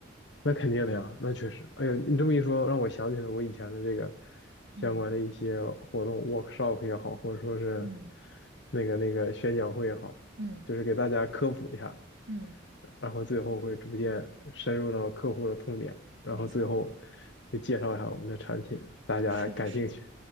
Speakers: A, on the left (about 60°); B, on the right (about 75°).
A: 那肯定的呀，那确实。哎呦，你这么一说，让我想起了我以前的这个
B: 嗯
A: 相关的一些活动，workshop 也好，或者说是
B: 嗯
A: 那个那个宣讲会也好，
B: 嗯
A: 就是给大家科普一下，
B: 嗯，
A: 然后最后会逐渐深入到客户的痛点，然后最后
B: 没错，
A: 会介绍一下我们的产品，大家还感兴趣，
B: 是的，是的，